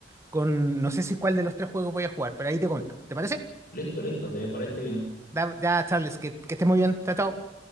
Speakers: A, on the right; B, on the left.
A: con, no sé si cuál de los tres juegos voy a jugar, pero ahí te cuento. ¿Te parece?
B: Listo, listo, se me parece bien.
A: Da- Ya, Charles, que, que estés muy bien. Chao, chao.